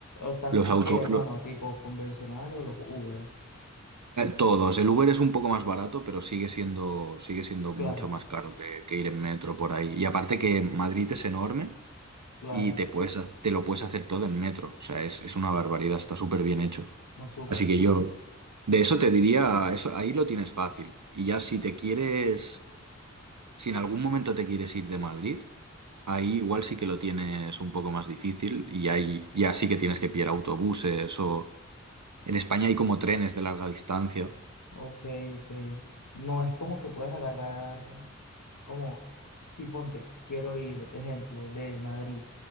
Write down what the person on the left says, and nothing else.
O taxis
que, hermano, tipo convencionales o los Uber. No,
sé.
claro,
claro,
no supera.
Ok, ok. No es como que puedes agarrar, como, si ponte, quiero ir, ejemplo, de Madrid